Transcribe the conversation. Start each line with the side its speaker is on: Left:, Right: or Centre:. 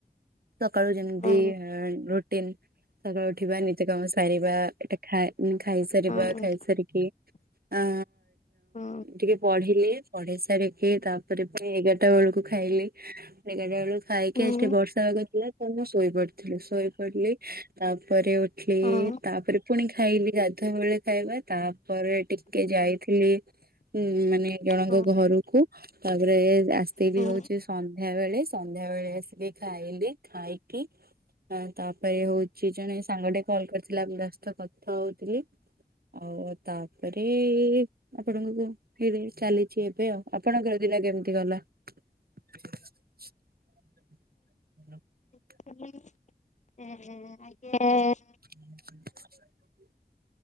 Right: ସକାଳୁ ଯେମତି
Left: ହଁ
Right: ରୋ ରୁଟିନ ସକାଳୁ ଉଠିବା ନିତ୍ୟ କାମ ସାରିବା ଏଟା ଖାଇ ଖାଇସାରିବା
Left: ହଁ
Right: ଖାଇ ସାରିକି ଆଁ
Left: ହଁ
Right: ଟିକେ ପଢ଼ିଲି। ପଢେଇ ସାରିକି ତା ପରେ ପୁଣି ଏଗାରଟା ବେଳକୁ ଖାଇଲି ଏଗାରଟା ବେଳକୁ ଖାଇକି
Left: ହୁଁ
Right: ଆଜି ଟିକେ ବର୍ଷା ପାଗ ଥିଲା ତ ମୁଁ ଶୋଇ ପଡ଼ିଥିଲି ଶୋଇ ପଡ଼ିଲି ତା ପରେ ଉଠିଲି
Left: ହଁ
Right: ତା ପରେ ପୁଣି ଖାଇଲି ଗାଧୁଆବଳେ ଖାଇବା ତାପରେ ଟିକେ ଯାଇଥିଲି ହୁଁ ମାନେ ଜଣଙ୍କ
Left: ହଁ
Right: ଘରକୁ ତା ପରେ ଆସ୍ତେ
Left: ହୁଁ
Right: କି ହଉଛି। ସନ୍ଧ୍ୟା ବେଳେ ସନ୍ଧ୍ୟା ବେଳେ ଆସିକି ଖାଇଲି ଖାଇକି ଆଁ ତାପରେ ହଉଛି। ଜଣେ ସାଙ୍ଗଟେ କଲ କରିଥିଲା ମୁଁ ତା ସହ କଥା ହଉଥିଲି। ଆଉ ତା ପରେ। ଆପଣ <unintelligible> ଚାଲିଛି ଏବେ ଆଉ ଆପଣଙ୍କର ଦିନ କେମିତି ଗଲା? <inaudible>
Left: <unintelligible>
Right: <inaudible>